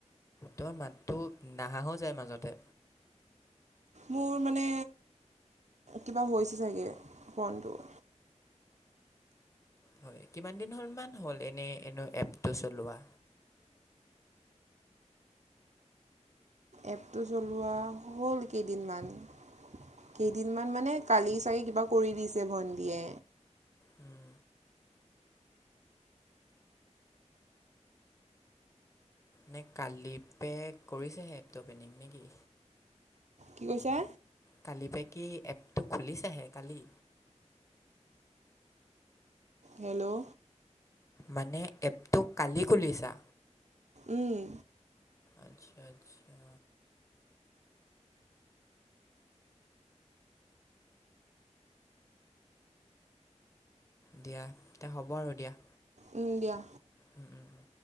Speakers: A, on the left (about 25°); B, on the right (about 70°).
A: তই মাতটো নাহা হৈ যায় মাজতে
B: মোৰ মানে কিবা হৈছে চাগে ফোনটো
A: হয় কিমান দিন হ'ল মান হল এনে এপটো চলোৱা
B: এপটো চলোৱা হ'ল কেইদিনমান কেইদিনমান মানে কালি চাগে কিবা কৰি দিছে ভণ্টীয়ে
A: উম নে কালি পে কৰিছেহে এপটো অপেনিং নেকি
B: কি কৈছা?
A: কালি পা কি এপটো খুলিছাহে কালি
B: হেল্ল'
A: মানে এপটো কালি খুলিছা?
B: উম
A: আচ্ছা আচ্ছা দিয়া তে হ'ব আৰু দিয়া
B: উম দিয়া
A: উম, উম, উম।